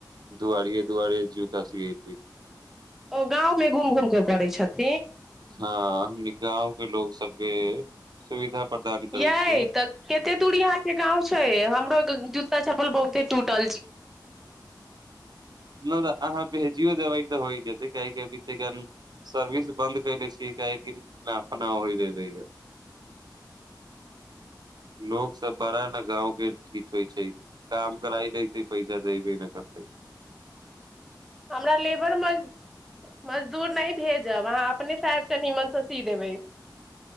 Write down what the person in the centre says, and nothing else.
ओ गाँवमे घुम घुम कऽ करैत छथिन
यइ
तऽ कते दूर अहाँ के गाउँ छै हमरो ज जूता चप्पल बहुते टूटल छै
हमरा लेबरज मजदूर नहि भेजब अहाँ अपनेसँ आब कऽ नीमनसँ सी देबै